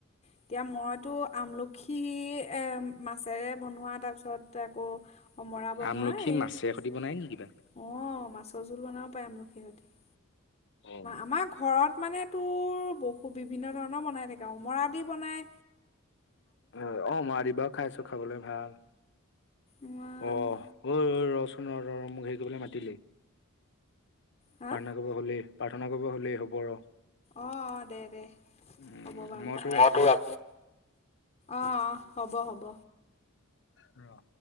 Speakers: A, on the left; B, on the left.
A: এতিয়া মইতো আমলখি এ মাছেৰে বনোৱা তাৰপিছত আকৌ। অমৰা বনোৱাই
B: আমলখি
A: এই
B: মাছে
A: অ
B: সতি বনাই নেকি কিবা
A: মাছৰ জোল বনাব পাৰে ম সাকহঁতে
B: অ
A: আমাৰ ঘৰত মানে তোৰ বহু বিভিন্ন ধৰণৰ বনাই থাকে অমৰাদি বনাই
B: অ অমৰাদি বা খাইছো খাবলৈ ভাল।
A: ইমান-
B: অ ৰ চোন ৰ ৰ মোক হেৰি কৰিবলৈ মাতিলেই
A: হা
B: পৰ্থনা কৰিব হলে। প্ৰাৰ্থনা কৰিব হ'লেই হ'ব ৰ
A: অ অ দে দে
B: উম
A: হ'ব বাৰু
B: মই তোক আকৌ
A: অ অ হ'ব হ'ব
B: অ